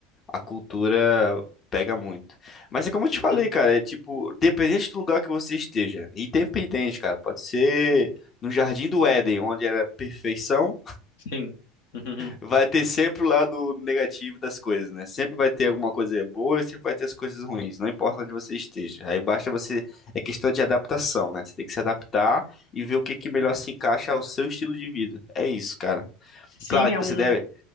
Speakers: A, on the left (about 35°); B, on the left (about 65°).
A: A cultura pega muito. Mas é como eu te
B: Uhum,
A: falei, cara, é tipo, dependente do lugar que você esteja, independente, cara, pode ser no Jardim do Éden, onde era perfeição,
B: sim. Uhum. uhum.
A: vai ter sempre o lado negativo das coisas, né? Sempre vai ter alguma coisa boa e sempre vai ter as coisas ruins, não importa onde você esteja. Aí basta você, é questão de adaptação, né? Você tem que se adaptar e ver o que que melhor se encaixa ao seu estilo de vida. É isso, cara.
B: Sim,
A: Claro que
B: é
A: você
B: um.
A: deve